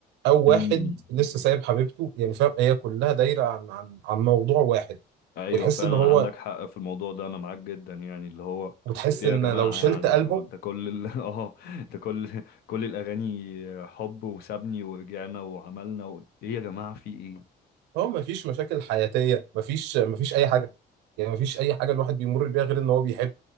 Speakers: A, on the right (about 90°); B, on the left (about 65°).
A: او واحد
B: امم
A: لسه سايب حبيبته يعني فاهم هي كلها دايره عن عن عن موضوع واحد
B: ايوه
A: وتحس
B: فعلا
A: ان هو
B: عندك حق في الموضوع ده انا معاك جدا يعني اللي هو
A: وتحس
B: في يا
A: ان
B: جماعه
A: لو شلت
B: يعني
A: البوم
B: هو انت كل ال... <laughs> اه انت كل كل الاغاني حب وسابني ورجعنا وعملنا و... ايه يا جماعه في ايه
A: هو مفيش مشاكل حياتيه مفيش مفيش اي حاجه يعني مفيش اي حاجه الواحد بيمر بيها غير ان هو بيحب